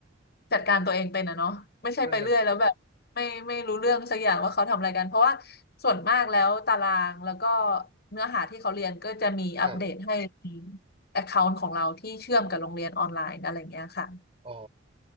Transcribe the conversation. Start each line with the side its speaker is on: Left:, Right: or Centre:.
Left: จัดการตัวเองเป็นอะเนาะไม่ใช่ไปเรื่อยแล้วแบบไม่ไม่รู้เรื่องสักอย่างว่าเขาทำอะไรกันเพราะว่า
Right: นั่นนะ
Left: ส่วนมากแล้วตารางแล้วก็เนื้อหาที่เขาเรียนก็จะมีอัปเดตให้ใน
Right: ครับ
Left: แอคเคาท์ของเราที่เชื่อมกับโรงเรียนออนไลน์อะไรเงี้ยค่ะ
Right: อ๋อ